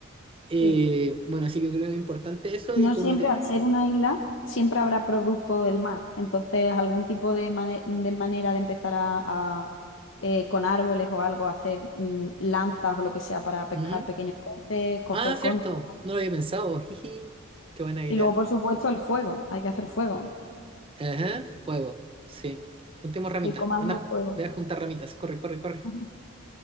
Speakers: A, on the right; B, on the left.
A: Eh,
B: Sí.
A: bueno, así que yo creo que es importante eso
B: No
A: y como
B: siempre,
A: te...
B: al ser una isla, siempre habrá producto del mar. Entonces, algún tipo de, mane- de manera de empezar a, a, eh, con árboles o algo, hacer mm, lanzas o lo que sea para pescar
A: Ujú.
B: pequeños peces, coger
A: Ah, cierto,
B: conchas.
A: no lo había pensado. Jiji, qué buena idea.
B: Y luego, por supuesto, el fuego. Hay que hacer fuego.
A: Ajá, fuego, sí. Juntemos ramitas.
B: El comando
A: Anda, ju-
B: fuego.
A: ve a juntar ramitas. Corre, corre,
B: <laughs>
A: corre.
B: Ujú.